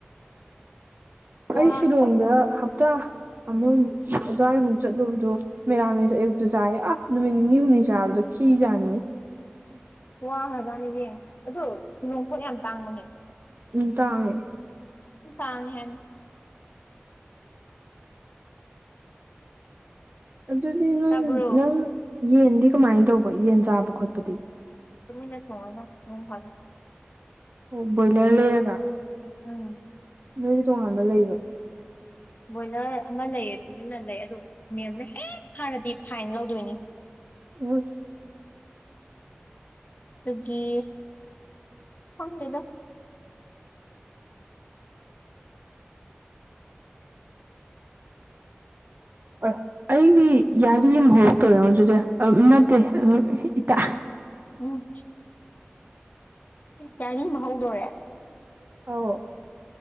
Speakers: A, on the right; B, on the left.
A: ꯎ
B: ꯋꯥ
A: ꯑꯩ ꯁꯤꯂꯣꯡꯗ
B: ꯈꯔꯖꯥꯠꯅꯤ
A: ꯍꯞꯇꯥ ꯑꯃꯃ ꯑꯗꯨ꯭ꯋꯥꯏꯃꯨꯛ ꯆꯠꯂꯨꯕꯗꯣ ꯃꯦꯔꯥꯃꯦꯁ ꯑꯌꯨꯛꯇ ꯆꯥꯏꯌꯦ ꯑꯥ ꯅꯨꯃꯤꯠ ꯅꯤꯅꯤ ꯍꯨꯝꯅꯤ ꯆꯥꯕꯗꯣ ꯈꯤꯖꯥꯅꯤꯌꯦ <unintelligible>
B: ꯋꯥ ꯍꯖꯥꯅꯤꯕ ꯑꯗꯨ ꯁꯤꯂꯣꯡꯄꯣꯠ ꯌꯥꯝ ꯇꯥꯡꯕꯅꯦ
A: ꯎ ꯇꯥꯡꯃꯦꯦ
B: ꯇꯥꯡ ꯍꯥꯏ
A: ꯑꯗꯨꯗꯤ ꯅꯣꯏ
B: ꯇꯥꯕ꯭ꯔꯣ
A: ꯅꯪ ꯌꯦꯟꯗꯤ ꯀꯃꯥꯏꯅ ꯇꯧꯕ ꯌꯦꯟ ꯆꯥꯕ ꯈꯣꯠꯄꯗꯤ
B: ꯇꯃꯤ ꯅ ꯊꯉꯗ ꯃ ꯐꯂꯦ
A: ꯑꯣ ꯕꯣꯏꯂꯔ ꯂꯩꯔꯒ
B: ꯑꯝ
A: ꯣꯏꯗꯤ ꯇꯣꯉꯥꯟꯕ ꯂꯩꯕ
B: ꯕꯣꯏꯂꯔ ꯑꯃ ꯂꯩꯌꯦ ꯇꯨꯃꯤꯟꯅ ꯂꯩ ꯑꯗꯣ ꯃꯦꯝꯅ ꯍꯦꯛ ꯐꯥꯔꯗꯤ ꯐꯥꯏꯟ ꯂꯧꯗꯣꯏꯅꯤ
A: ꯎ
B: ꯑꯗꯨꯒꯤ ꯐꯂꯗꯣ
A: ꯍ ꯑꯩꯗꯤ ꯌꯥꯔꯤ ꯑꯃ ꯍꯧꯔꯛꯇꯧꯔꯦꯉꯣ ꯑꯗꯨꯗꯤ ꯅꯠꯇꯦ ꯏꯇꯥ
B: ꯎꯝ ꯌꯥꯔꯤ ꯃꯍ ꯍꯧꯧꯗꯣꯔꯦ
A: ꯑꯧ